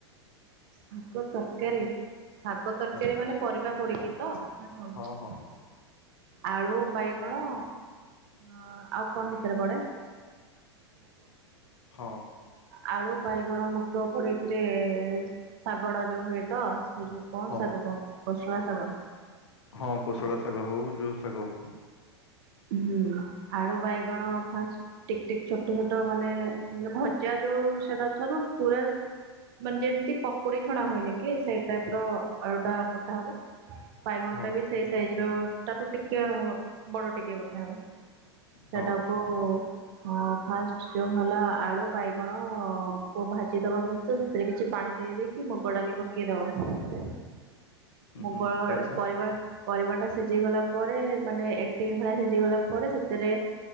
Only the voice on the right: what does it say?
ଶାଗ ତରକାରୀ। ଶାଗ ତରକାରୀ
ମାନେ ପରିବା ପଡିକି ତ ନା କଣ?
ଆଳୁ, ବାଇଗଣ ହଁ ଆଉ କଣ ସେଥିରେ ପଡେ?
ଆଳୁ, ବାଇଗଣ, ମୁଗ ପଡିକିରି ଶାଗ ଗୁଡ଼ା ଯୋଉ ହୁଏ ତ? ସେ ଯୋଉ କଣ
ଶାଗ କଣ କୋଷଳା ଶାଗ।
ହୁଁ। ଆଳୁ, ବାଇଗଣ ଫାଷ୍ଟ ଟିକ୍ ଟିକ୍ ଛୋଟ ଛୋଟ ମାନେ ମାନେ ଭଜା ଯୋଉ ସେଟା <unintelligible> ପୁରା ମାନେ ଯେମିତି ପକୁଡି ଛଣା ହୁଏନି କି ସେଇ ଟାଇପ୍ ର ଅଳୁ ଟା କଟା ହବ। ବାଇଗଣଟା
ବି ସେଇ ସାଇଜ୍ ର ତାଠୁ ଟିକେ ବଡ ଟିକେ କଟା ହବ।
ସେଟାକୁ ହଁ, ଫାଷ୍ଟ୍ ଯୋଉ ହେଲା, ଆଳୁ, ବାଇଗଣ କୁ ଭାଜିଦବ ଭଲସେ, ସେଥିରେ କିଛି ପାଣି ଦେଇ ଦେଇକି କି ମୁଗ ଡାଲି ପକେଇ ଦବ
ମୁଗ,
ପରିବା, ପରିବା ଟା ସିଝି ଗଲା ପରେ ମାନେ ଏଟି ମୂଳା ସିଜିଗଲା ପରେ ସେଥେରେ